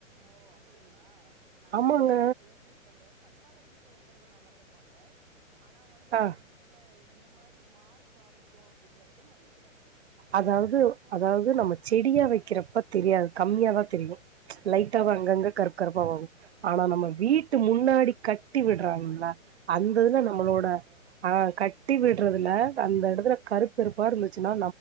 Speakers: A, on the right; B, on the right.
A: ஓ அப்டிங்களா நா
B: ஆமாங்க
A: இன்னைக்குதா அத கேள்வி படுறே கத்தால வீட்ல வக்கறது நல்லாது பா ந்த ஆனா வந்து
B: ஆ
A: அது வீட்லை இந்த மாரி மாறி காமிக்கு அப்டிங்கிறது நா இன்னைக்குதா கேள்வி
B: அதாது அதாது நம்ம செடியா வக்கிறப்பத் தெரியாது கம்மியா தெரியு
A: ம்
B: லைட்டாவ அங்கங்க கருப் கருப்பாவு ஆனா
A: அதா
B: நம்ம
A: அதாங்க
B: வீட்டு முன்னாடி கட்டி விடுறாங்களா அந்ததுல
A: ஆமா கட்டி
B: நம்மளோட
A: விட்றப்ப
B: ஆ
A: ஓ
B: கட்டி விடுறதுல அந்த இடத்துல கருப்பு கருப்பா இருந்துச்சுன்னா